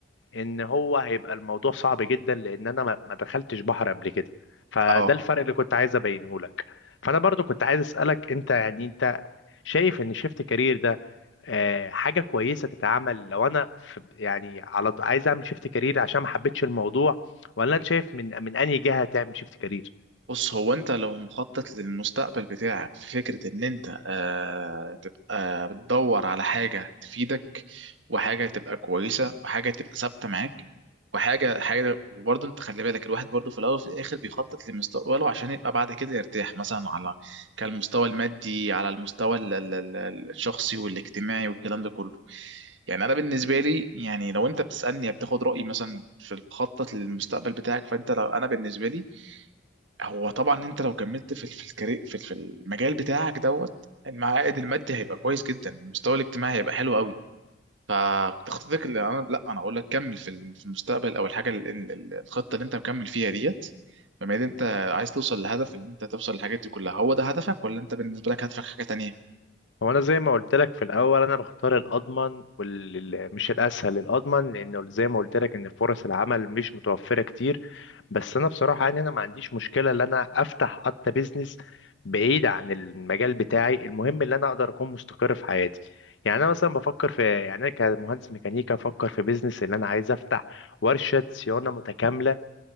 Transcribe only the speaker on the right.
اه
بص هو انت لو مخطط للمستقبل بتاعك في فكرة ان انت آه تبقى بتدور على حاجة تفيدك وحاجة تبقى كويسة وحاجة تبقى ثابتة معاك وحاجة حاجة وبرضه انت خلي بالك الواحد برضه في الاول وفي الاخر بيخطط لمستقبله عشان يبقى بعد كده يرتاح مثلا على كالمستوى المادي على المستوى ال- ال- ال- الشخصي والاجتماعي والكلام ده كله يعني انا بالنسبه لي يعني لو انت بتسالني بتاخد رايي مثلا في الخطه للمستقبل بتاعك فانت لو انا بالنسبه لي هو طبعا انت لو كملت في في الكاري- في في المجال بتاعك دوت المعائد المادي هيبقى كويس جدا المستوى الاجتماعي هيبقى حلو قوي فتخطيطك اللي انا لا انا اقول لك كمل في ال- في المستقبل او الحاجه ال- ال- ال- الخطه اللي انت مكمل فيها ديت بما ان انت عايز توصل لهدف ان انت توصل للحاجات دي كلها هو ده هدفك ولا انت بالنسبه لك هدفك حاجه تانية